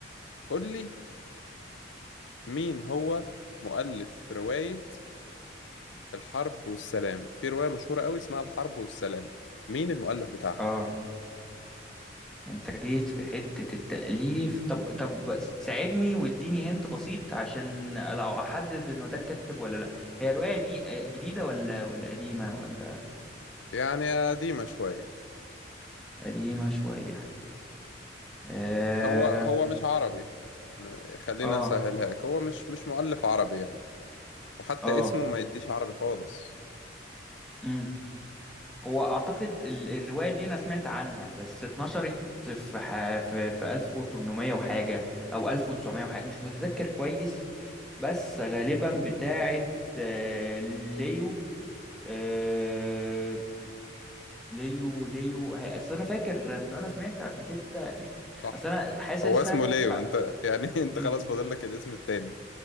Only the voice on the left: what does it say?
قول لي مين هو مؤلف رواية الحرب والسلام في رواية مشهورة قوي اسمها الحرب والسلام مين المؤلف بتاعها
يعني قديمة شوية
هو هو مش عربي م- خلينا
اسهلهاك هو مش مش مؤلف عربي يعني وحتى
اسمه ما يديش عربي خالص
صح
هو اسمه ليو
انت يعني <laughs> انت
خلاص فاضل لك الاسم التاني